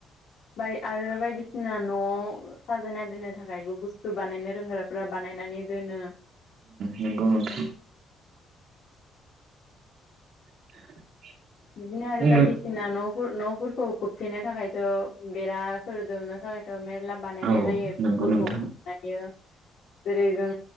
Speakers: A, on the left; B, on the right.
A: ाय आरो बायदिसिना न'आव साजायना दोननो थाखायबो बुस्थु बुस्थु बानायनो रोंग्राफ्रा बानायनानै दोनो
B: नोंगौ नोंथां <inaudible>
A: बिदिनो आरो
B: बुंनो
A: बायदिसिना न' न'फोरखौ खोबथेनो थाखायथ' बेरा फोर दुमनो थाखायथ' मेरला बानायनाय
B: औ
A: जायोफोरखौ
B: नंगौ नोंथां
A: जेरै जों